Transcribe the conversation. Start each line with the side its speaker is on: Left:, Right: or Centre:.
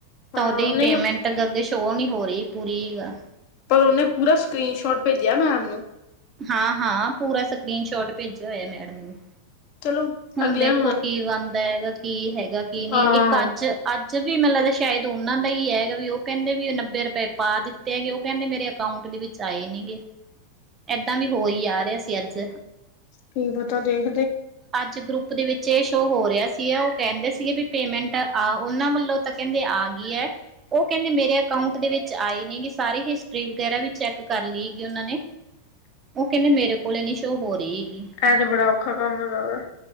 Right: ਤਾਂ
Left: ਹਾਂ
Right: ਉਹਦੀ
Left: ਨਹੀਂ
Right: ਪੇਮੈਂਟ <unintelligible> ਸੋ ਨੀ ਹੋ ਰਹੀ ਪੂਰੀ ਗ
Left: ਪਰ ਉਹਨੇ ਪੂਰਾ ਸਕਰੀਨ ਸ਼ੋਟ ਭੇਜਿਆ ਮੈਮ ਨੂੰ।
Right: ਹਾਂ-ਹਾਂ ਪੂਰਾ ਸਕਰੀਨ ਸ਼ੋਟ ਭੇਜਿਆ ਹੋਇਆ ਮੈਡਮ ਨੂੰ।
Left: ਚਲੋ
Right: ਹੁਣ
Left: ਅਗਲਿਆਂ
Right: ਦੇਖੋ ਕੀ ਬਣਦਾ ਹੈਗਾ ਕੀ ਹੈਗਾ ਕੀ ਨਹੀਂ
Left: ਹਾਂ
Right: ਇੱਕ ਅੱਜ ਅੱ ਅੱਜ ਵੀ ਮਤਲਬ ਸ਼ਾਇਦ ਉਹਨਾ ਦਾ ਹੀ ਹੈਗਾ ਵੀ ਉਹ ਕਹਿੰਦੇ ਵੀ ਨੱਬੇ ਰੁਪਏ ਪਾ ਦਿੱਤੇ ਹੈਗੇ ਉਹ ਕਹਿੰਦੇ ਮੇਰੇ ਅਕਾਊਂਟ ਦੇ ਵਿੱਚ ਆਏ ਨੀ ਗੇ ਏਦਾਂ ਵੀ ਹੋਰ ਹੀ ਆ ਰਿਹਾ ਸੀ ਅੱਜ
Left: ਕੀ ਪਤਾ ਦੇਖ।
Right: ਅੱਜ ਗਰੁੱਪ ਦੇ ਵਿੱਚ ਇਹ ਸ਼ੋਅ ਹੋ ਰਿਹਾ। ਸੀ ਉਹ ਕਹਿੰਦੇ ਸੀਗੇ ਵੀ ਪੇਮੈਂਟ ਆ ਉਹਨਾਂ ਵੱਲੋਂ ਤਾਂ ਕਹਿੰਦੇ ਆ ਗ ਹੈ ਉਹ ਕਹਿੰਦੇ ਮੇਰੇ ਅਕਾਊਂਟ ਦੇ ਵਿੱਚ ਆਈ ਨੀ ਗ ਸਾਰੀ ਹਿਸਟਰੀ ਵਗੈਰਾ ਵੀ ਚੈੱਕ ਕਰ ਲਈ ਗ ਉਹਨਾਂ ਨੇ ਉਹ ਕਹਿੰਦੇ ਮੇਰੇ ਕੋਲ ਨੀ ਸ਼ੋਅ ਹੋ ਰਹੀ ਹੈਗੀ।
Left: ਇਹ ਤੇ ਬੜਾ ਔਖਾ ਕੰਮ ਹੈਗਾ ਵਾ